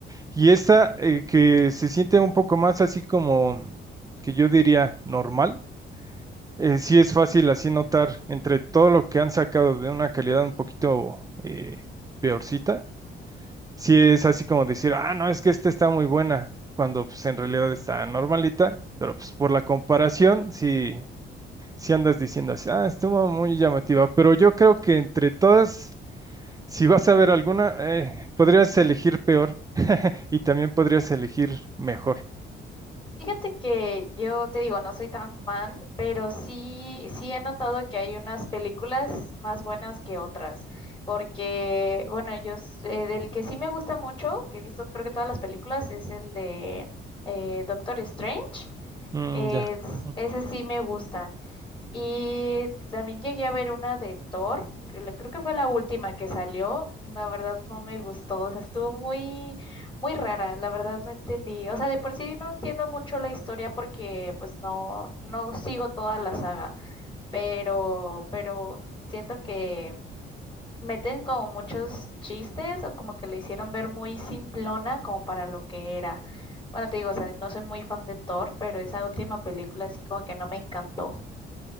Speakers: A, on the right (about 20°); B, on the left (about 25°).
A: Y esta eh, que se siente un poco más así como que yo diría normal, eh, sí es fácil así notar entre todo lo que han sacado de una calidad un poquito eh, peorcita sí es así como decir, ah, no, es que esta está muy buena, cuando pues en realidad está normalita, pero pues por la comparación, sí, sí andas diciendo así, ah, estuvo muy llamativa, pero yo creo que entre todas, si vas a ver alguna, eh, podrías elegir peor y también podrías elegir mejor.
B: Fíjate que yo te digo, no soy tan fan, pero sí, sí he notado que hay unas películas más buenas que otras, porque, bueno, yo s- eh, del que sí me gusta mucho, que he visto creo que todas las películas, es el de eh, Doctor Strange.
A: Mm,
B: Es,
A: ya. Ujú.
B: esas sí me gustan. Y también llegué a ver una de Thor, que la- creo que fue la última que salió. La verdad no me gustó, o sea, estuvo muy, muy rara, la verdad no entendí. O sea, de por sí no entiendo mucho la historia porque pues no, no sigo toda la saga, pero, pero siento que meten como muchos chistes o como que le hicieron ver muy simplona como para lo que era. Bueno, te digo, o sea, no soy muy fan de Thor, pero esa última película así como que no me encantó.